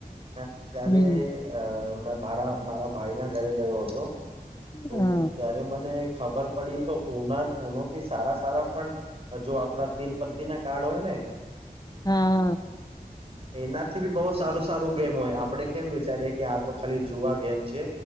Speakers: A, on the right (about 40°); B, on the left (about 25°).
A: મે અત્યારે
B: હમ
A: અ મે મારા મારા ભાઈ ના ઘરે ગયો હતો તો
B: હા
A: ત્યારે મને ખબર પડી તો ઉના ઉનોથી સારા સારા પણ જો આપણા તીન પત્ની ના કાર્ડ હોય ને
B: હા હા
A: એનાથી બી બહુ સારું સારું ગેમ હોય આપડે કેમ વિચારીએે કે આ તો ખાલી જુવા ગેમ છે